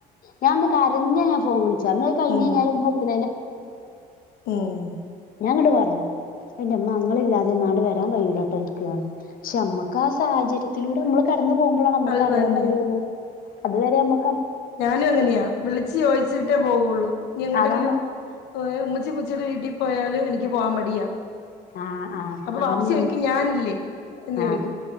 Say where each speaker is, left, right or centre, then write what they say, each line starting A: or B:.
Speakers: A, on the left (about 55°); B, on the left (about 85°).
A: ഞാൻ ഇന്ന് കരഞ്ഞു ഫോൺ നീലിച്ചു
B: ഉം ഉം
A: ഞാൻ ങ്ങട്ട് വാ അയിന്റെമ്മ ഇങ്ങൾ ഇല്ലാതെ ആണ്ടൊന്നും വരാൻ കഴയ്യു ലോട്ടോ എനിക്ക് പക്ഷെ മ്മക്ക് ആ സാഹചര്യത്തിലൂടെമ്മള് പെട്ടെന്ന് പോകുമ്പളാണ് നമുക്ക്
B: അത്
A: അറിയാൻ
B: തന്നെ
A: കഴിയുള്ളൂ അതുവരെ മ്മ
B: ഞാനും അങ്ങനെയാ വിളിച്ച് ചോയിച്ചിട്ടേ പോവുള്ളൂ ഇനി എങ്ങോട്ടെങ്കിലും
A: അതാണ്
B: ഏ ഉമ്മച്ചി ഉമ്മച്ചീടെ വീട്ടിൽ പോയാല് എനിക്ക് പോവാൻ മടിയാ
A: ആഹ് ആഹ്
B: അപ്പൊ
A: അതന്നെയാണ്
B: വാപ്പച്ചി ചോയിക്കും ഞാനില്ലേ എന്ന്ചോയിക്കും
A: ആഹ്